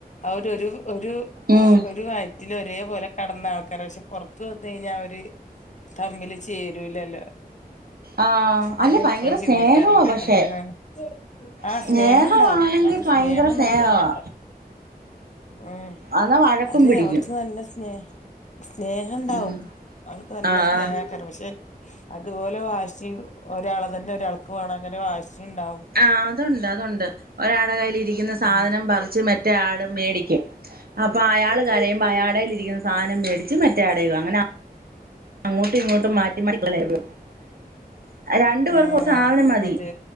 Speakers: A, on the left (about 50°); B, on the right (about 70°).
A: അവര് ഒരു ഒരു
B: ഉം
A: വയസ - വയറ്റിൽ ഒരേപലെ കടന്ന ആൾക്കാര പക്ഷെ പുറത്ത് വന് കഴിഞ്ഞാൽ- കറങ്ങിൽ ചേരൂലല്ലോ
B: ആഹ് അല്ല
A: ഞാൻ
B: ഭയങ്കര
A: ഇപ്പഴും ചിന്തിക്കാറ്ണ്ട്
B: സ്നേഹവാ പക്ഷെ
A: അധിക- ആ
B: സ്നേഹവാണെങ്കി
A: സ്നേഹം ണ്ടാവും അത്
B: ഭയങ്കര
A: സ്നേഹം
B: സ്നേഹവാ
A: നല്ലണ്ട ആ
B: എന്നാ വഴക്കും
A: അതെ
B: പിടിക്കും
A: അവർക്ക് നല്ല സ്നേഹ സ്നേഹം ണ്ടാവും
B: ഉം
A: ആൾക്ക് നല്ല
B: ആഹ്
A: സ്നേഹക്കാരം പക്ഷെ അതുപോലെ വാഷിം ഒരാളാതന്നെ ഒരാ ക്ക്‌ വേണം അങ്ങെനെ വാശി മം ണ്ടാവും
B: ആഹ് അതുണ്ട് അതുണ്ട് ഒരാട കയ്ൽ ഇരിക്കുന്ന സാധനം
A: ഉം
B: പറിച്ച് മേ മറ്റ ആട് മേടിക്കും അപ്പൊ അയാള് കാരയുമ്പ അയാടൽ ഇരിക്കുന്ന സാധനം മേടിച്ച് മറ്റേട അങ്ങന ഇങ്ങോട്ടും ഇങ്ങോട്ടും മാറ്റി മ <unintelligible> രണ്ടു പേർക്കും
A: ആ
B: ഒരു സാധനം മതി
A: അത്